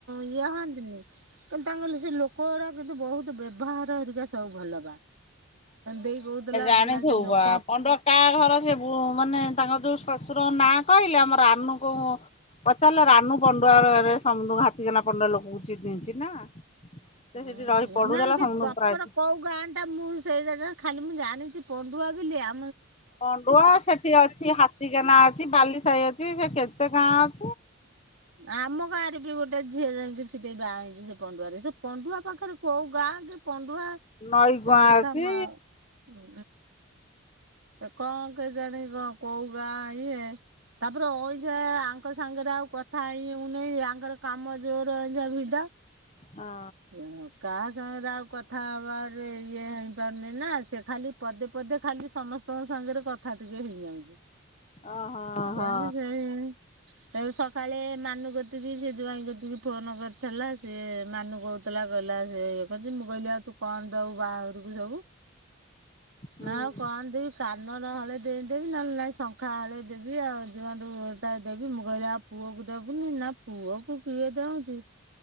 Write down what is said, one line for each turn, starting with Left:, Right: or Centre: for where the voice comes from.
Right: ୟେ ହଅନ୍ତ୍ ନି କିନ୍ତୁ ତାଙ୍କ ସେ ଲୋକ ଗୁରା କିନ୍ତୁ ବହୁତ ବ୍ୟବହାର ହେରିକା ସବୁ ଭଲ ବା। ଦେଇ କହୁଥିଲା।
Left: ଜାଣିଥଉ
Right: କହିଲା ସେ ଲୋକ
Left: ବା, ପଣ୍ଡ କା ଘର ସେ ମାନେ ତାଙ୍କ ଯୋଉ ନାଁ, କହିଲେ ଆମ ରାନୁକୁ ପଚାରିଲେ, ରାନୁ ପଣ୍ଡୁଆ ସମୁ ହାତିକନା ପଣ୍ଡୁଆ ଲୋକଙ୍କୁ ଚିହିଁଛି ନା ସେ
Right: ହୁଁ
Left: ସେଠି ରହି ପଢୁଥିଲା
Right: ନ ସେ
Left: ସମସ୍ତଙ୍କୁ
Right: ପ୍ରପର
Left: ପ୍ରାୟ
Right: କୋଉ ଗାଁ ଟା ମୁଁ ସେଇଟା ଖାଲି ମୁଁ ଜାଣିଛି, ପଣ୍ଡୁଆ ବୋଲି ଆ
Left: ପଣ୍ଡୁଆ ସେଠି ଅଛି, ହାତୀ କେନା ଅଛି, ବାଲି ସାହି ଅଛି, ସେ କେତେ ଗାଁ ଅ
Right: ଆମ ଗାଁ ରେ ବି ଗୋଟେ ଝିଅ ଯାଇକି ସେଠି ବାହା ହେଇଛି ସେ ପଣ୍ଡୁଆରେ, ସେ ପଣ୍ଡୁଆ ପାଖରେ କୋଉ ଗାଁ ବା
Left: ନଈ
Right: ସେ
Left: ଗୁଆଁ
Right: କଥା
Left: ଅଛି
Right: ମା ହୁଁ ଏ କଣ କେଜାଣି କଣ କୋଉ ଗାଁ ଇଏ, ତାପରେ ଅଇଛା ତାଙ୍କ ସାଙ୍ଗରେ ଆଉ କଥା ହେଇହଉନି, ୟାଙ୍କର କାମ ଜୋର ଏଇଗା ଭିଡ
Left: ହଁ
Right: ହ କା ସାଙ୍ଗରେ ଆଉ କଥା ହେବାରେ ଇଏ ହେଇପାରୁନି ନା, ସେ ଖାଲି ପଦେ ପଦେ ଖାଲି ସମସ୍ତଙ୍କ ସ ସାଙ୍ଗରେ କଥା ଟିକେ ହେଇଯାଉଛି।
Left: ଓହୋ ହଁ
Right: ଏତି ସେଇ ସେ ସକାଳେ ମା ନୁ କତିକି ସେ ଜ୍ୱାଇଁ କତିକି ଫୋନ କରିଥିଲା, ସେ ମାନୁ କହୁଥିଲା, କହିଲା -ସେ କଣତି ମୁଁ କହିଲି ଆଉ ତୁ କଣ ଦବୁ ବାହାର କୁ ସବୁ,
Left: ହୁଁ
Right: ନା କଣଦେମି, କାନର ହଳେ ଦେଇଦେବି, ନହେଲେ ନାଇଁ ଶଙ୍ଖା ହଳେ ଦେବି ଆଉ ଯୁଆଙ୍କୁୁୋଟା <unintelligible> ଦେବି, ମୁଁ କହିଲି ଆଉ ପୁଅକୁ ଦେବୁନି ନାଁ ନା ପୁଅ କୁ କିଏ ଦଉଛି?